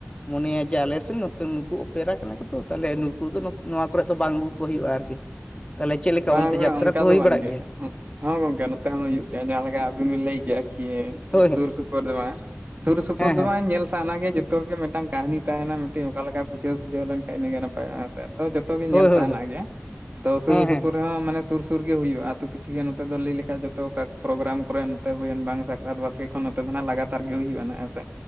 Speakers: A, on the left; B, on the right.
A: ᱢᱚᱱᱮᱭᱟ ᱡᱮ ᱟᱞᱮ ᱥᱮᱱ ᱱᱚᱛᱮ ᱱᱩᱠᱩ ᱯᱮᱨᱟ ᱠᱟᱱᱟ ᱠᱚ ᱛᱚ ᱛᱟᱦᱞᱮ ᱱᱩᱠᱩ ᱫᱚ ᱱᱚᱛ ᱱᱚᱣᱟ ᱠᱚᱨᱮᱜ ᱫᱚ ᱵᱟᱝ ᱟᱹᱜᱩ ᱠᱚ ᱦᱩᱭᱩᱜᱼᱟ ᱟᱨᱠᱤ᱾ ᱛᱟᱦᱞᱮ ᱪᱮᱫ ᱞᱮᱠᱟ
B: ᱵᱟᱝ
A: ᱚᱱᱛᱮ
B: ᱵᱟᱝ
A: ᱡᱟᱛᱨᱟ
B: ᱚᱱᱠᱟ
A: ᱠᱚ
B: ᱫᱚ
A: ᱦᱩᱭ
B: ᱵᱟᱝ
A: ᱵᱟᱲᱟᱜ
B: ᱜᱮ
A: ᱜᱮᱭᱟ?
B: ᱦᱚᱸ ᱜᱚᱝᱠᱮ ᱱᱚᱛᱮ ᱦᱚᱸ ᱦᱩᱭᱩᱜ ᱜᱮᱭᱟ ᱡᱟᱦᱟᱸ ᱞᱮᱠᱟ ᱟᱹᱵᱤᱱ ᱵᱤᱱ ᱞᱟᱹᱭ ᱠᱮᱜᱼᱟ ᱠᱤ
A: ᱦᱳᱭ
B: ᱥᱩᱨ
A: ᱦᱳᱭ
B: ᱥᱩᱯᱩᱨ ᱫᱚ ᱵᱟᱝ-ᱟ, ᱥᱩᱨ ᱥᱩᱯᱩᱨ
A: ᱦᱮᱸ
B: ᱫᱚ
A: ᱦᱮᱸ
B: ᱵᱟᱝ ᱧᱮᱞ ᱥᱟᱱᱟ ᱜᱮᱭᱟ ᱡᱩ ᱛᱚ ᱜᱮ ᱢᱤᱫᱴᱟᱝ ᱠᱟᱹᱦᱱᱤ ᱛᱟᱦᱮᱱᱟ ᱢᱤᱫᱴᱮᱱ ᱚᱠᱟ ᱞᱮᱠᱟ ᱵᱩᱡᱷᱟᱹᱣ ᱥᱩᱡᱟᱹᱣ ᱞᱮᱱᱠᱷᱟᱡ ᱤᱱᱟᱹᱜᱮ ᱱᱟᱯᱟᱭᱚᱜᱼᱟ, ᱦᱮᱸ ᱥᱮ, ᱛᱚ ᱡᱚ ᱛᱚ ᱜᱮ
A: ᱦᱳᱭ
B: ᱧᱮᱞ ᱥᱟᱱᱟ
A: ᱦᱳᱭ
B: ᱜᱮᱭᱟ᱾ ᱛᱚ ᱥᱩᱨ
A: ᱦᱮᱸ
B: ᱥᱩᱯᱩᱨ
A: ᱦᱮᱸ
B: ᱨᱮᱦᱚᱸ ᱢᱟᱱᱮ ᱥᱩᱨ ᱥᱩᱨ ᱜᱮ ᱦᱩᱭᱩᱜᱼᱟ, ᱟᱹᱛᱩ ᱯᱤᱪᱷᱩ ᱜᱮ ᱱᱚᱛᱮ ᱫᱚ ᱞᱟᱹᱭ ᱞᱮᱠᱷᱟᱡ ᱡᱚᱛᱚ ᱚᱠᱟ ᱯᱨᱳᱜᱨᱟᱢ ᱠᱚᱨᱮ ᱱᱚ ᱛᱮ ᱦᱩᱭᱮᱱ ᱵᱟᱝ ᱥᱟᱠᱨᱟᱛ ᱵᱟᱥᱠᱮ ᱠᱷᱚᱱ ᱱᱚᱛᱮ ᱫᱚ ᱱᱟᱜ ᱞᱟᱜᱟᱛᱟᱨ ᱜᱮ ᱦᱩᱭᱩᱜᱼᱟ ᱱᱟᱜ, ᱦᱮᱸ ᱥᱮ᱾